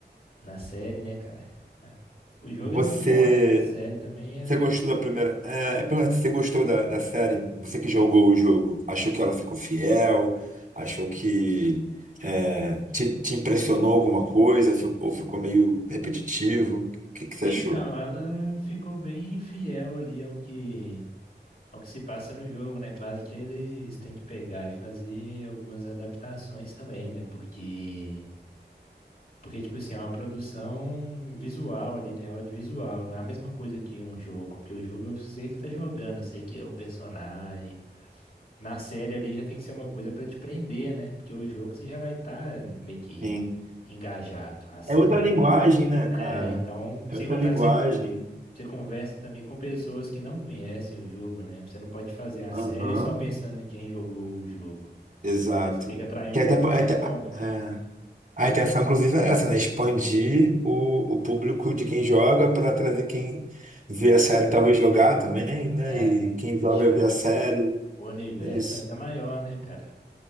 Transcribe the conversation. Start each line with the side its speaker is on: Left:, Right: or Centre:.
Left: na série, né, cara? É. O jogo
Right: Você,
Left: é muito bom, né? A série também, ela
Right: você
Left: é...
Right: gostou da primeira. É, é pra- você gostou da, da série? Você que jogou o jogo, achou que ela ficou fiel? Achou que é, te, te impressionou alguma coisa? Fi- ou ficou meio repetitivo? O que, que você
Left: Então,
Right: achou?
Left: ela ficou bem fiel ali ao que, ao que se passa no jogo, né? Claro que eles têm que pegar e fazer algumas adaptações também, né? Porque Porque, tipo assim, é uma produção visual ali, né? Audiovisual. Não é a mesma coisa que um jogo. Porque o jogo eu sei que tá jogando, eu sei que é o personagem. Na série ali já tem que ser uma coisa pra te prender, né? Porque o jogo você já vai estar meio que
Right: Sim.
Left: engajado. A série,
Right: É outra
Left: ela-
Right: linguagem, né,
Left: é,
Right: cara?
Left: então.
Right: É
Left: Sem
Right: outra
Left: contar
Right: linguagem.
Left: que você, você conversa também com pessoas que não conhecem o jogo, né? Você não pode fazer a
Right: Aham.
Left: série só pensando em quem jogou o jogo.
Right: Exato.
Left: Porque aí você tem que atrair um
Right: Que
Left: público
Right: até, até,
Left: de fora.
Right: é, a intenção, inclusive, é essa, né? Expandir o, o público de quem joga para trazer quem vê a série talvez jogar também, né?
Left: É,
Right: E quem
Left: deixar
Right: joga vê a
Left: o
Right: série.
Left: o universo
Right: É isso.
Left: ainda maior, né, cara?